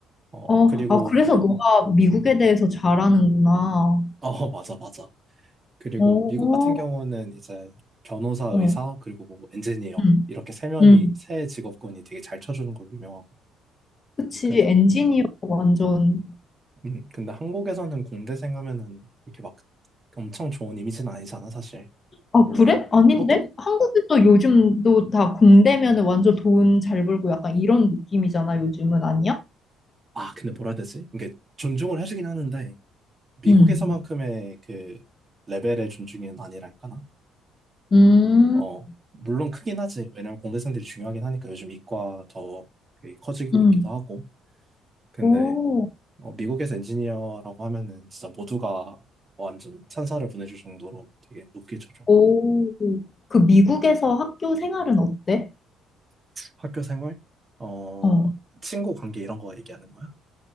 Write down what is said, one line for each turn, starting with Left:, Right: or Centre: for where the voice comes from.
Right: 어,
Left: 어,
Right: 그리고,
Left: 아, 그래서 너가 미국에 대해서 잘 아는구나.
Right: 어, <laughs> 맞아, 맞아. 그리고
Left: 어,
Right: 미국 같은 경우는 이제 변호사, 의사,
Left: 어.
Right: 그리고 뭐 엔지니어,
Left: 음.
Right: 이렇게 세 명이,
Left: 음.
Right: 세 직업군이 되게 잘 쳐주는 걸로 유명하고.
Left: 그치,
Right: 그래서,
Left: 엔지니어 완전.
Right: 음, 근데 한국에서는 공대생 하면은 이렇게 막 엄청 좋은 이미지는 아니잖아, 사실.
Left: 아,
Right: 물론
Left: 그래? 아닌데?
Right: 똑똑
Left: 한국에서 요즘도 다 공대면 완전 돈 잘 벌고 약간 이런 느낌이잖아, 요즘은 아니야?
Right: 아 근데 뭐라 해야 되지? 이게 존중을 해주긴 하는데 미국에서만큼의
Left: 음.
Right: 그 레벨의 존중은 아니랄까나?
Left: 음.
Right: 어 물론 크긴 하지. 왜냐면 공대생들이 중요하긴 하니까 요즘 이과 더그 커지고
Left: 응.
Right: 있기도 하고. 근데
Left: 오,
Right: 어, 미국에서 엔지니어라고 하면은 진짜 모두가 완전 찬사를 보내줄 정도로 되게 높게 쳐줘.
Left: 오, 그 미국에서 학교 생활은 어때?
Right: 학교 생활? 어
Left: 어.
Right: 친구 관계 이런 거 얘기하는 거야?